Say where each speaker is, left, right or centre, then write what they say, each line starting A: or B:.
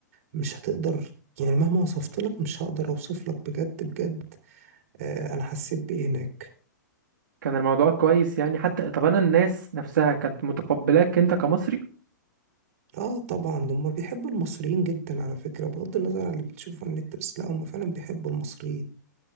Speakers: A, on the right; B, on the right.
A: مش هتقدر يعني مهما وصفت لك مش هقدر اوصف لك بجد بجد آه انا حسيت بايه هناك
B: كان الموضوع كويس يعني حتى طب انا الناس نفسها كانت متقبلاك انت كمصري
A: اه طبعا هم بيحبوا المصريين جدا على فكرة بغض النظر عن اللي بتشوفه على النت بس لا هم فعلا بيحبوا المصريين